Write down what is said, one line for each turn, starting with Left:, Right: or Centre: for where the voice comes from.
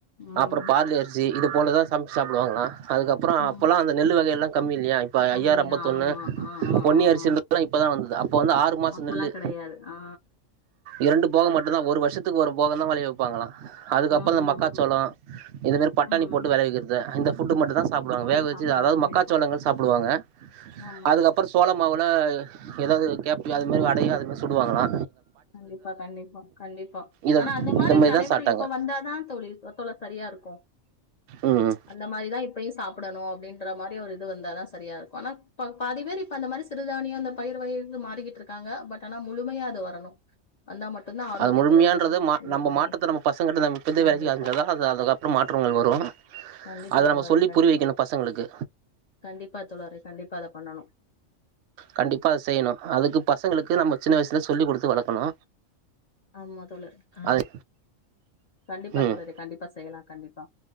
Left: ம்.
Right: அப்றோ பார்லிஅரிசி இது போலதா சம் சாப்டுவாங்களா அதுக்கப்றோ
Left: ம்.
Right: அப்போல்லா அந்த நெல்லு வகையெல்லா கம்மி இல்லையா இப்ப
Left: கம்மி
Right: ஐயாறு ஐம்பத்தொண்ணு
Left: தான். ஆமா. ஆ, ஆ,
Right: பொன்னி
Left: ஆ,
Right: அரிசி
Left: ஆ.
Right: இப்பதா வந் இப்ப வந்து ஆறுமாச
Left: அப்பல்லாம்
Right: நெல்லு
Left: கிடையாது. ஆ.
Right: இரண்டு போகம் மட்டும்தா ஒரு வருஷத்துக்கு ஒரு போகதா வலெயவைப்பாங்களா அதுக்கப்றோ
Left: ம்,
Right: இந்த
Left: ம்,
Right: மக்காச்சோளோ
Left: ம்.
Right: இது மாரி பட்டாணி
Left: ம்.
Right: போட்டு வெளவிக்கிறது இந்த ஃபுட்டு் மட்டு தா சாப்டுவாங்க
Left: நம்மளு
Right: வேக வச்சு
Left: சாப்ட்டாங்க.
Right: அதாது
Left: கண்டிப்பா.
Right: மக்காசோளங்கள் சாப்புடுவாங்க
Left: ஆமா.
Right: அதுக்கப்றோ சோள மாவு யு ஏதாவது கேப்யு அதுமாரி அடையு அதுமாரி சுடுவாங்களலா
Left: கண்டிப்பா கண்டிப்பா கண்டிப்பா
Right: இத
Left: ஆனா அந்த மாரி
Right: இத மாரிதா
Left: நடைமுறை
Right: சாப்ட்டாங்க
Left: இப்ப வந்தாதா தொழிர் தோழர் சரியா இருக்கு
Right: ம்
Left: அந்த மாரிதா இப்பயு சாப் டணு அப்டின்ற மாரி ஒரு இது வந்த தா சரியா இருக்கு ஆனா பாதி பேர் இ அந்த மாரி சிறுதானியொ அந்த பயிர்வகைகள்ல மாறிக்கிட்டு இருக்காங்க பட் ஆனா முழுமையா அது வரணு வந்தா மட்டுந்தா ஆரோக்கியத்துல
Right: அது முழுமையான்றது மா
Left: இது
Right: நம்ம
Left: பண்ண
Right: மாற்றத்த
Left: முடியு
Right: நம்ம பசங்கிட்ட நம்ம இப்போத
Left: கண்டிப்பா
Right: வேலைக்த அது அத தா அதுக்கப்றோ மாற்றங்கள் வரு
Left: கண்டிப்பா
Right: அத நம்ம
Left: தோழரே
Right: சொல்லி
Left: கண்டிப்பா
Right: புரியவைக்கணு பசங்களுக்கு
Left: கண்டிப்பா தோழரே கண்டிப்பா அத பண்ணணு
Right: கண்டிப்பா அத செய்யணு அதுக்கு பசங்களுக்கு நம்ம சின்ன வயசுல சொல்லிக் கொடுத்து வளக்கணு
Left: ஆமா தொழர் ஆ
Right: அது
Left: கண்டிப்பா
Right: ம்
Left: தொழரே கண்டிப்பா செய்யலா கண்டிப்பா